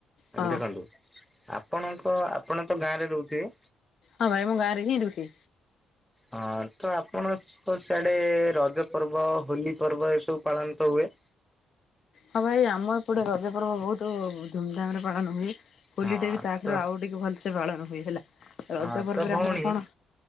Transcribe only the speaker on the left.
ହଁ
ହଁ ଭାଇ ମୁଁ ଗାଁ ରେ ହିଁ ରୁହେ।
ହଁ ଭାଇ ଆମର ଏପଟେ ରଜ ପର୍ବ ବହୁତୁ ଧୁମ୍ ଧାମ୍ ରେ ପାଳନ ହୁଏ। ହୋଲି
ଟେ ବି ତା
ଠାରୁ ଆଉ ଟିକେ ଭଲ୍ ସେ ପାଳନ ହୁଏ ହେଲା,
ରଜ ପର୍ବରେ
ଆମର କଣ?